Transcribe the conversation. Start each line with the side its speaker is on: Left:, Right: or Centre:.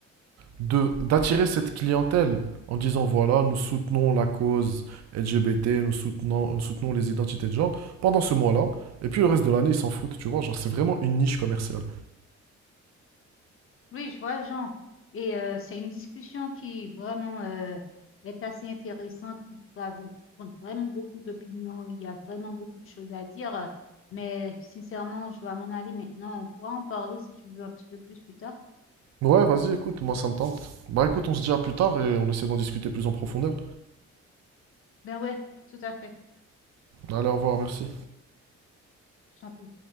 Right: de- d'attirer cette clientèle en disant voilà, nous soutenons la cause LGBT, nous soutenons, nous soutenons les identités de genre pendant ce mois-là, et puis le reste de l'année, ils s'en foutent, tu vois, genre c'est vraiment une niche commerciale.
Left: Oui, je vois, Jean. Et euh, c'est une discussion qui vraiment euh, est assez intéressante, qui pourra vous prendre vraiment beaucoup d'opinions. Il y a vraiment beaucoup de choses à dire, euh, mais sincèrement, je dois m'en aller maintenant. On pourra en parler si tu veux un petit peu plus plus tard.
Right: Ouais, vas-y, écoute, moi ça me tente. Bah écoute, on se dit à plus tard et on essaie d'en discuter plus en profondeur.
Left: Ben ouais, tout à fait.
Right: Allez, au revoir, merci.
Left: Je t'en prie.